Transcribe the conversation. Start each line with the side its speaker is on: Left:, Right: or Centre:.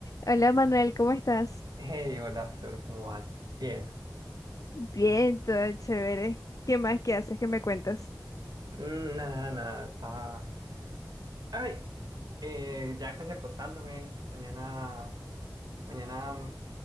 Left: Hola Manuel, ¿cómo estás?
Right: Hey, hola Flor, ¿cómo vas? Bien.
Left: Bien, todo chévere. ¿Qué más? ¿Qué haces? ¿Qué me cuentas?
Right: Mm, Nada, nada, estaba... Ay, eh, ya casi acostándome. Mañana, mañana